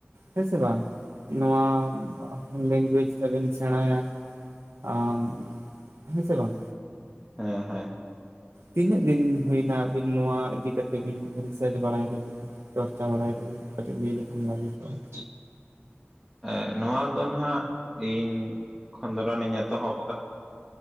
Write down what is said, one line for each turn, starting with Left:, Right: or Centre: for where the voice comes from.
Right: ᱦᱮᱸ ᱥᱮ ᱵᱟᱝ ᱱᱚᱣᱟ ᱞᱮᱝᱜᱩᱭᱮᱡ ᱛᱮᱵᱮᱱ ᱥᱮᱬᱟᱭᱟ ᱾ ᱟᱢ ᱦᱮᱸ ᱥᱮ ᱵᱟᱝ!
Centre: ᱦᱮᱸ ᱦᱮᱸ ᱾
Right: ᱛᱤᱱᱟᱹᱜ ᱫᱤᱱ ᱦᱩᱭᱱᱟ ᱟᱹᱵᱤᱱ ᱱᱚᱣᱟ ᱤᱫᱤ ᱠᱟᱛᱮ ᱵᱤᱱ ᱨᱤᱥᱟᱨᱪ ᱵᱟᱲᱟᱭ ᱫᱟᱵᱤᱱ? ᱪᱚᱨᱪᱟ ᱵᱟᱲᱟᱭ ᱫᱟᱵᱤᱱ ᱠᱟᱹᱴᱤᱡ ᱞᱟᱹᱭ ᱞᱮᱠᱷᱟᱱ ᱵᱷᱟᱹᱞᱤ ᱠᱚᱜᱼᱟ ᱾
Centre: ᱮ ᱱᱚᱣᱟ ᱫᱚ ᱱᱟᱦᱟᱜ ᱤᱧ ᱠᱷᱚᱸᱫᱽᱨᱚᱱᱤᱧ ᱮᱛᱚᱦᱚᱵ ᱟᱠᱟ